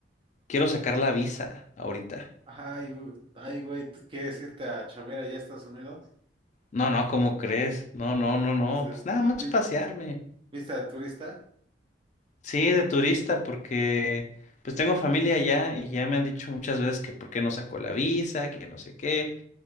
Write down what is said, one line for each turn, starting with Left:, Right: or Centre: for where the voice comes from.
Left: quiero sacar la visa ahorita.
Right: Ay, güey, ay, güey, ¿tú quieres irte a chambear allá a Estados Unidos?
Left: No, no, ¿cómo crees? No, no, no, no,
Right: Entonces,
Left: pues nada más
Right: vis-
Left: pasearme.
Right: vista de turista.
Left: Sí, de turista, porque pues tengo familia allá y ya me han dicho muchas veces que por qué no saco la visa, que no sé qué,